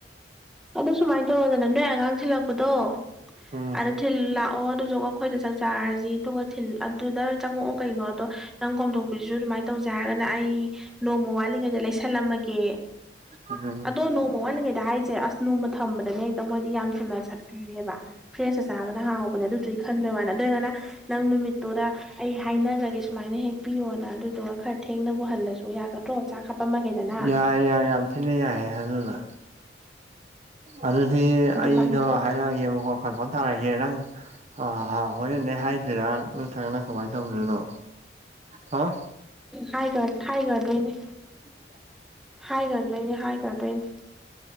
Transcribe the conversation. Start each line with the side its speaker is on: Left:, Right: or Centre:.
Centre: ꯑꯗꯣ ꯁꯨꯃꯥꯏꯅ ꯇꯧꯔ‌ꯣꯗꯅ ꯅꯣꯏ ꯑꯉꯥꯡ ꯊꯤꯜꯂꯛꯄꯗꯣ
Right: ꯎꯝ
Centre: ꯑꯗꯨꯗ ꯊꯤꯜ ꯂꯥꯛꯑꯣ ꯑꯗꯨ‌ꯗ‌ꯣ ꯑꯩꯈꯣꯏꯗ ꯆꯥꯛ ꯆꯥꯔꯁꯤ ꯑꯗꯨꯒ ꯊꯤꯜ ꯑꯗꯨꯗ ꯆꯪꯉꯛꯑꯣ ꯀꯩꯅꯣ ꯑꯗꯣ ꯅꯪ ꯀꯣꯝꯗꯣꯛ ꯍꯧꯖꯤꯛꯖꯨ ꯑꯗꯨꯃꯥꯏ ꯇꯧꯖꯦ ꯍꯥꯏꯔꯒꯅ ꯑꯩ ꯅꯣꯡꯃ ꯋꯥꯠꯂꯤꯉꯩꯗ ꯂꯩꯁꯜꯂꯝꯃꯒꯦ
Right: ꯎꯝ
Centre: ꯑꯗꯣ ꯅꯣꯡꯃ ꯋꯥꯠꯂꯤꯉꯩꯗ ꯍꯥꯏ ꯆꯦ ꯑꯁ ꯅꯣꯡꯃ ꯊꯝꯕꯗꯅꯦ ꯍꯦꯛꯇ ꯃꯣꯏꯗꯤ ꯌꯥꯝ ꯊꯨꯅ ꯁꯥꯠꯀꯜꯂꯦꯕ ꯐ꯭ꯔꯦꯁꯇ ꯆꯥꯕꯅ ꯍꯥꯎꯕꯅꯦ ꯑꯗꯨꯗꯨꯒꯤ ꯈꯟꯕꯩ ꯋꯥꯅꯤ ꯑꯗꯨ ꯑꯣꯏꯔꯒꯅ ꯅꯪ ꯅꯨꯃꯤꯠꯇꯣꯔ ꯑꯩ ꯍꯥꯏꯅꯒ꯭ꯔꯒꯦ ꯁꯨꯃꯥꯏꯅ ꯍꯦꯛꯄꯤꯌꯣꯅ ꯑꯗꯨꯗꯨꯒ ꯈꯔ ꯊꯦꯡꯅꯕꯨ ꯍꯜꯂꯁꯨ ꯌꯥꯒꯗ꯭ꯔꯣ ꯆꯥꯛ ꯍꯥꯞꯄꯝꯃꯒꯦꯗꯅ
Right: ꯌꯥꯏ ꯌꯥꯏ ꯌꯥꯝ ꯊꯤꯅ ꯌꯥꯏꯌꯦ ꯑꯗꯨꯗꯣ ꯑꯗꯨꯗꯤ
Centre: ꯑꯗꯨꯃꯥꯏꯅ
Right: ꯑꯩꯗꯣ
Centre: ꯇꯧ
Right: ꯍꯥꯏꯔꯛꯑꯒꯦꯕꯀꯣ ꯀꯟꯐꯥꯝ ꯇꯥꯔꯒꯦꯍꯦ ꯅꯪ ꯑ ꯍꯥ ꯍꯣꯔꯦꯟꯗꯩ ꯍꯥꯏꯗꯣꯏꯔ ꯅꯠꯇ꯭ꯔꯒꯅ ꯀꯃꯥꯏ ꯇꯧꯗꯣꯏꯅꯣ ꯍꯥꯎ
Centre: ꯍꯥꯏꯈ꯭ꯔ ꯍꯥꯏꯈ꯭ꯔꯗꯣꯏꯅꯦ
Right: <unintelligible> <unintelligible>
Centre: ꯍꯥꯏꯈ꯭ꯔꯗꯣꯏꯅꯦ ꯍꯥꯏꯈ꯭ꯔꯗꯣꯏꯅꯦ